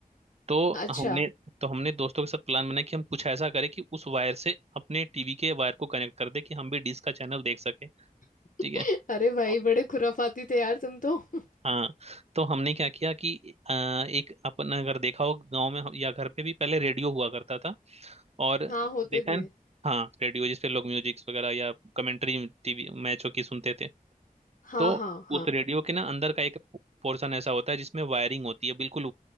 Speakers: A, on the right (about 45°); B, on the left (about 60°).
A: तो
B: अच्छा
A: हमने तो हमने दोस्तों के साथ प्लान बनाया कि हम कुछ ऐसा करें कि उस वायर से अपने टीवी के वायर को कनेक्ट कर दे कि हम भी डिश का चैनल देख सके ठीक
B: <laughs>
A: है
B: अरे भाई
A: और-
B: बड़े खुराफाती थे यार तुम तो <laughs>
A: हाँ तो हमने क्या किया कि अ, एक अपन अगर देखा हो गांव में हम- या घर पे भी पहले रेडियो हुआ करता था और
B: हाँ होते
A: देखा
B: थे
A: है न- हाँ रेडियो जिसपे लोग म्यूजिक्स वगैरह या कमेंट्री टीवी मैचों की सुनते थे
B: हाँ
A: तो
B: हाँ हाँ
A: उस रेडियो के ना अंदर का एक पोर्शन ऐसा होता है जिसमें वायरिंग होती है बिल्कुल